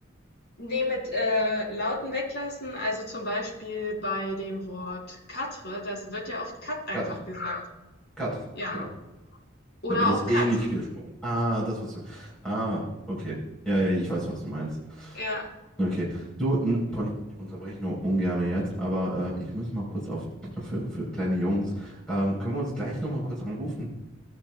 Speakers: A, on the left (about 55°); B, in the centre.
A: Ne, mit, äh, Lauten weglassen, also zum Beispiel bei dem Wort Katre, das wird ja oft Kat einfach
B: Katr,
A: gesagt.
B: Katr,
A: Ja,
B: genau.
A: oder
B: Da wird das
A: auch Kat.
B: eh nicht gesprochen. Ah, das, was du. Ah, okay. Ja, ja, ich weiß, was du meinst.
A: Ja,
B: Okay. Du, n- Pony, ich unterbreche nur ungern jetzt, aber äh, ich muss mal kurz auf für, für kleine Jungs. Ähm, können wir uns gleich nochmal kurz anrufen?